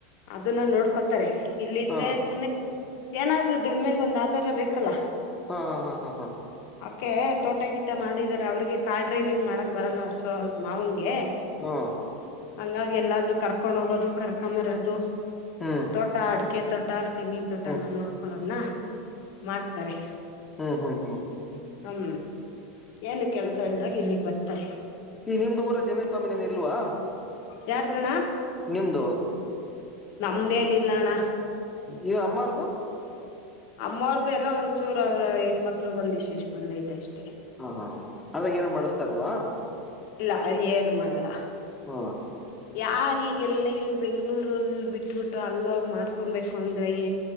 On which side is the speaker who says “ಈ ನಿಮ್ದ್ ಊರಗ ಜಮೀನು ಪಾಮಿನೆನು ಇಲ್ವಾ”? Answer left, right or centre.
Left